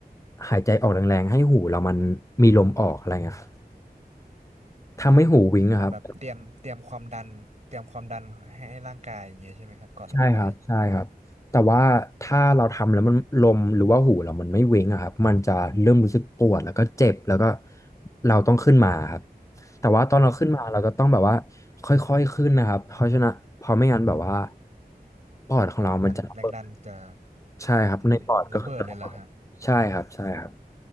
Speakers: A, on the left; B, on the right.
A: หายใจออกแรงๆให้หูเรามันมีลมออกอะไรเงี้ยครับทำให้หูวิงอะครับ
B: มันแบบเตรียมเตรียมความดันเตรียมความดันให้ร่างกายอย่างเงี้ยใช่ไหมครับก่อนลงไป
A: ใช่ครับใช่ครับแต่ว่าถ้าเราทำแล้วมันลมหรือว่าหูเรามันไม่เว้งอะครับมันจะเริ่มรู้สึกปวดแล้วก็เจ็บแล้วก็เราต้องขึ้นมาครับแต่ว่าตอนเราขึ้นมาเราก็ต้องแบบว่าค่อยๆขึ้นนะครับเพราะฉะนั้นเพอไม่งั้นแบบว่า
B: อืม
A: ปอดของเรามันจะระเบิด
B: มันแรงดันจะ
A: ใช่ครับในปอดก็คือจะระเบิดใช่ครับใช่ครับ
B: อืมระเบิดเลยล่ะฮะ